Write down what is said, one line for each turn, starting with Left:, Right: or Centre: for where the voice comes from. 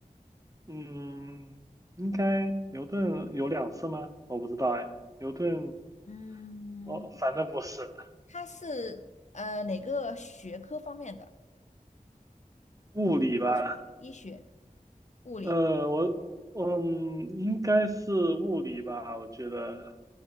Right: 嗯，应该牛顿有两次吗？我不知道哎，牛顿，
Left: 嗯，
Right: 哦，反正不是
Left: 他是呃哪个学科方面的？
Right: 物理吧？
Left: 化学、医学、物理。
Right: 呃，我嗯，应该是物理吧，我觉得